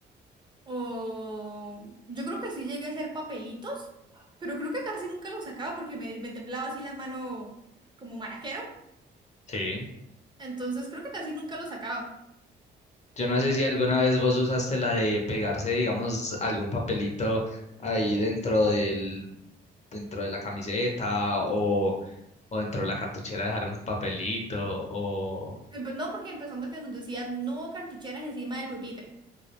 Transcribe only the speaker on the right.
O yo creo que sí llegué a hacer papelitos, pero creo que casi nunca los sacaba porque me, me temblaba así la mano como maraquero.
Entonces creo que casi nunca los sacaba.
Empe- No, porque empezando que nos decían no cartucheras encima del pupitre.